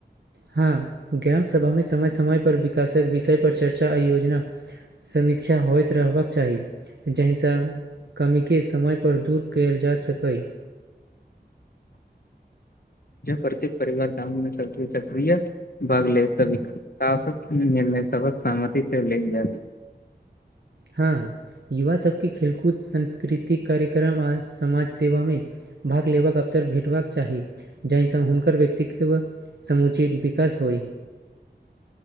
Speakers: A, on the right; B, on the left.
A: हँ ग्राम सभामे समय समयपर विकासक विषयपर चर्चा आ योजना समीक्षा होइत रहबाक चाही जाहिसँ कमी के समयपर दूर कयल जा सकय
B: प्रत्येक परिवार गाम मे सब सक्रिय भाग ले तऽ विकासक निर्णय सबहक सहमति से लेल जायत
A: हँ युवा सबके खेलकूद सांस्कृतिक कार्यक्रम आ समाज सेवामे भाग लेबाक अवसर भेटबाक चाही जाहिसँ हुनकर व्यक्तित्व समुचित विकास होइ